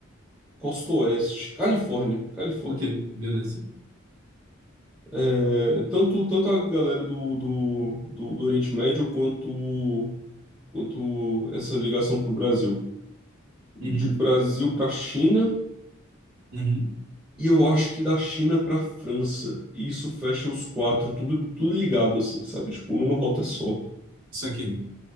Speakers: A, in the centre; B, on the right.
A: costa oeste, Califórnia, Califórnia.
B: Ok, beleza.
A: É, tanto, tanto a galera do, do, do, do Oriente Médio quanto, quanto essa ligação para o Brasil. De
B: Uhum.
A: Brasil para China
B: Uhum.
A: e eu acho que da China para França. E isso fecha os quatro, tudo, tudo ligado assim, sabe? Tipo, numa rota só.
B: Isso aqui.